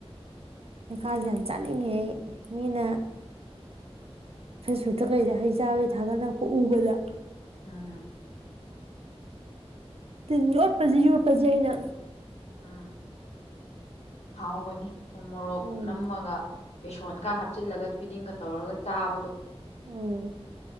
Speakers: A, on the right; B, on the left.
A: ꯍꯩꯈꯥꯁꯦ ꯌꯥꯝ ꯆꯥꯅꯤꯡꯉꯦ ꯑꯩ ꯃꯤꯅ ꯐꯦꯁꯕꯨꯛꯇ ꯀꯩꯗ ꯍꯩ ꯆꯥꯕꯩ ꯊꯥꯒꯠꯂꯛꯄ ꯎꯕꯗ
B: ꯎꯝ
A: ꯇꯤꯟ ꯌꯣꯠꯄꯁꯤ ꯌꯣꯠꯄꯁꯤ ꯑꯩꯅ
B: ꯑꯥ ꯍꯥꯎꯕꯅꯤ ꯊꯨꯝ ꯃꯣꯔꯣꯛ
A: ꯎꯝ
B: ꯅꯝꯃꯒ ꯕꯦꯁꯣꯟꯒ ꯍꯥꯞꯆꯤꯜꯂꯒ ꯊꯣꯏꯗꯤꯡꯒ ꯇꯧꯔꯒ ꯆꯥꯕꯗꯣ
A: ꯎꯝ